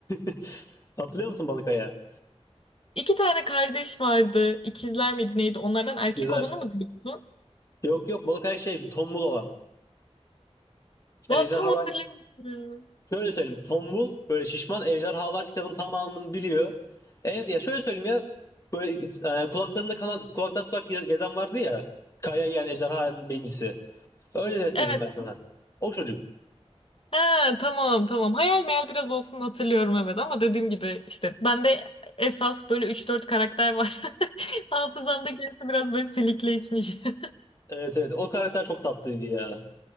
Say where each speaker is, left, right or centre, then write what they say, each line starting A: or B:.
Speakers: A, on the left; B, on the left.
A: <laughs> Hatırlıyor musun balık ayağı?
B: İki tane kardeş vardı. İkizler miydi neydi? Onlardan erkek
A: Güzel.
B: olanı mı diyorsun?
A: Yok yok balık ayak şey tombul olan.
B: Va
A: Ejderhalar
B: tam hatırlamıyorum.
A: Şöyle söyleyeyim. Tombul böyle şişman ejderhalar kitabın tamamını biliyor. En, ya şöyle söyleyeyim ya böyle e, kulaklarında kanat kulaktan tutak ge- gezen vardı ya. Kaya yiyen ejderhanın bencisi. Öyle resmedeyim
B: Evet.
A: ben sana. O çocuk.
B: Ha, tamam tamam. Hayal meyal biraz olsun hatırlıyorum evet ama dediğim gibi işte bende esas böyle üç dört karakter var. <laughs> Hafızamdaki gerisi biraz böyle silikleşmiş. <laughs>
A: Evet evet o karakter çok tatlıydı ya.